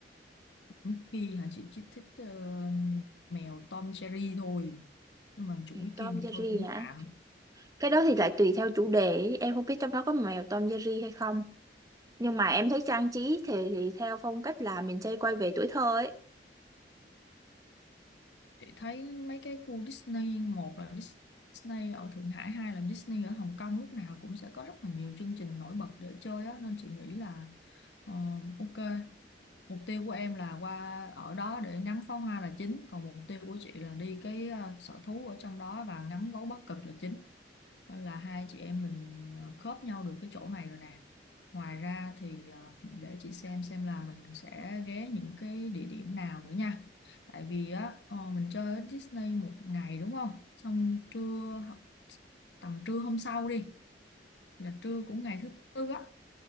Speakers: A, on the left; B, on the right.
A: Mickey hả chị chỉ thích ờ, mèo Tom Jerry thôi nhưng mà chủ Mickey
B: Tom
A: thì
B: Jerry
A: thôi cũng
B: hả?
A: tạm
B: cái đó thì lại tùy theo chủ đề em không biết trong đó có mèo Tom Jerry hay không nhưng mà em thấy trang trí thì, thì theo phong cách là mình sẽ quay về tuổi thơ ấy
A: chị thấy mấy cái khu Disney một là Disney ở Thượng Hải hai là Disney ở Hồng Kông lúc nào cũng sẽ có rất là nhiều chương trình nổi bật để chơi á nên chị nghĩ là Ờ, ok, mục tiêu của em là qua ở đó để ngắm pháo hoa là chính, còn mục tiêu của chị là đi cái ờ, sở thú ở trong đó và ngắm gấu Bắc Cực là chính. Nên là hai chị em mình ờ, khớp nhau được cái chỗ này rồi nè. Ngoài ra thì ờ, để chị xem xem là mình sẽ ghé những cái địa điểm nào nữa nha. Tại vì á ờ, mình chơi ở Disney một ngày đúng không? Xong trưa hoặc tầm trưa hôm sau đi là trưa cũng ngày thứ tư á,